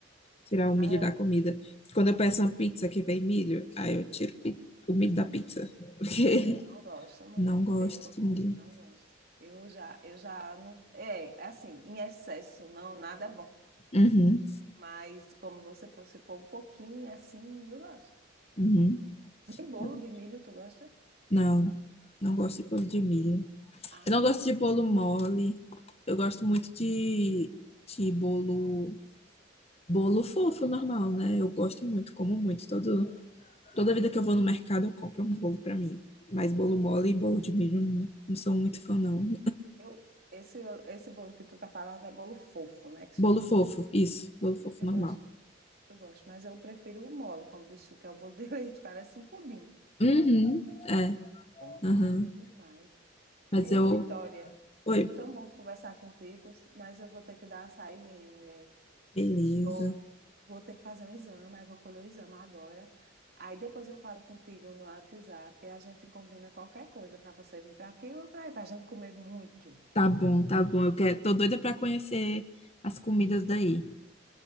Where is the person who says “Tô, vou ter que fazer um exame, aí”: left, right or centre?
Right